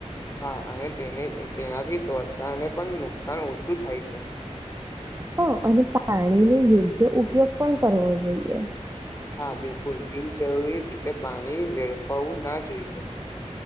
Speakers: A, on the left; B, on the right.
A: હા અને તેને તેનાથી ત્વચાને પણ નુકસાન ઓછું થાય છે
B: હા અને પાણીનો યોગ્ય ઉપયોગ પણ કરવો જોઈએ
A: હા બિલકુલ બિનજરૂરી રીતે પાણી વેડફાવું ના જોઈએ